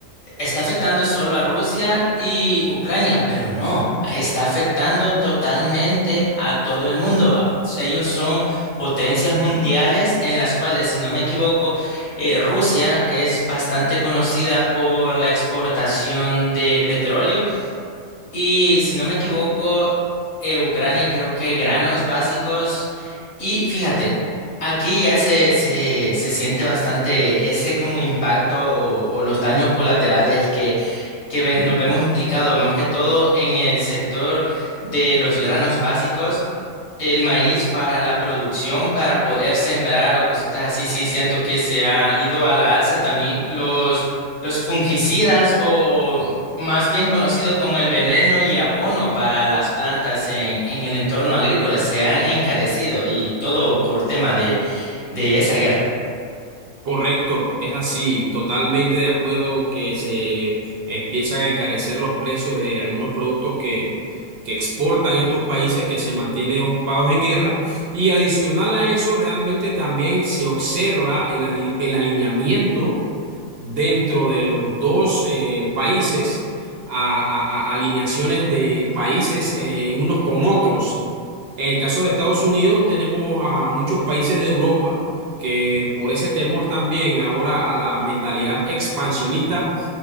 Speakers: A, on the left (about 75°); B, on the right (about 60°).
A: está afectando solo a Rusia y Ucrania, pero no, está afectando totalmente a todo el mundo. Ellos son potencias mundiales en las cuales, si no me equivoco, eh, Rusia es bastante conocida por la exportación de petróleo y si no me equivoco, eh, Ucrania creo que granos básicos. Y fíjate, aquí ya se, se, se siente bastante ese como impacto o, o los daños colaterales que, que ve- nos vemos implicados, más que todo en el sector de los granos básicos. El maíz para la producción, para poder sembrar o cositas así, sí siento que se ha ido a la alza también los, los fungicidas o más bien conocido como el veneno y abono para las plantas en, en el entorno agrícola se han encarecido y todo por tema de, de esa guerra.
B: Correcto, es así, totalmente de acuerdo que se empiezan a encarecer los precios de algunos productos que, que exportan estos países que se mantienen ocupados en guerra y adicional a eso realmente también se observa el, ani- el alineamiento dentro de los dos eh, países, a, a- a- alineaciones de países eh, unos con otros. En el caso de Estados Unidos tenemos a muchos países de Europa que por ese temor también ahora a la mentalidad expansionista